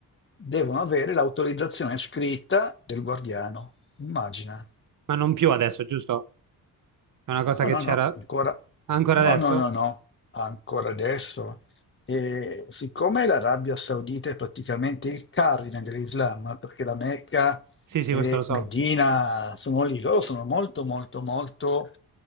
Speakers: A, on the left; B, on the right.
A: devono avere l'autorizzazione scritta del guardiano. Immagina.
B: Ma non più adesso, giusto? È una cosa
A: No,
B: che
A: no,
B: c'era
A: no, ancora.
B: ancora
A: No,
B: adesso?
A: no, no, no, ancora adesso. E siccome l'Arabia Saudita è praticamente il cardine dell'Islam, perché la Mecca
B: Sì, sì,
A: e
B: questo lo so.
A: Medina sono lì, loro sono molto, molto, molto